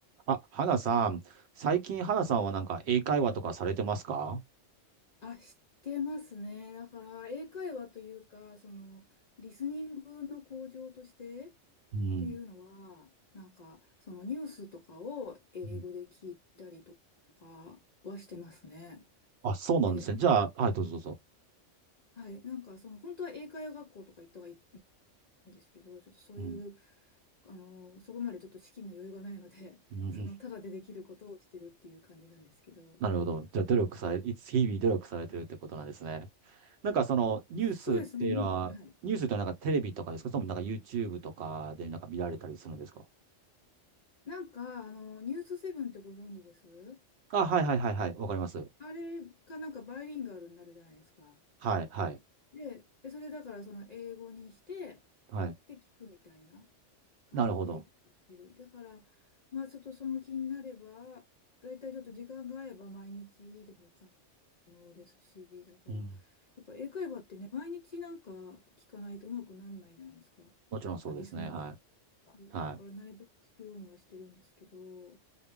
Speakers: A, on the right (about 65°); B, on the left (about 60°).
A: あ、花さん、最近花さんはなんか英会話とかされてますか
B: あ、知ってますね。だから、英会話というか、その、リスニングの向上としてっ
A: うん。
B: ていうのは、なんか、そのニュースとかを英語で聞いたりとかはしてますね。
A: うんあ、そうなんですね。
B: で、
A: じゃあ、はい、どうぞどうぞ。
B: はい、なんか、その、本当は英会話学校とか行った方がいいんですけど、ちょっとそういう、
A: うん。
B: あの、そこまでちょっと資金の余裕がないので、
A: うんうん
B: その、ただでできることをしてるっていう感じなんですけど、
A: なるほど。じゃあ、努力され、いつ日々努力されてるってことなんですね。
B: はい
A: なんかその、ニュースっていうのは、
B: そうですね、まあ、はい。
A: ニュースってのはなんかテレビとかですかそれともなんか YouTube とかでなんか見られたりするんですか
B: なんか、あの、ニュースセブンってご存知です
A: あ、はいはいはいはい。わかります。
B: あれがなんかバイリンガルになるじゃないですか。
A: はい、はい、
B: で、でそれだからその英語にして、
A: はい。
B: で、聞くみたいな感じで聞いてる。
A: なるほど。
B: だから、まあちょっとその気になれば、だいたいちょっと時間が合えば毎日でも可能ですし、だから、
A: うん。
B: やっぱ英会話ってね、毎日なんか聞かないとうまくならないじゃないですか。
A: もちろんそうですね。
B: あ、リスニング。
A: はい。はい。
B: だからなるべく聞くようにはしてるんですけど、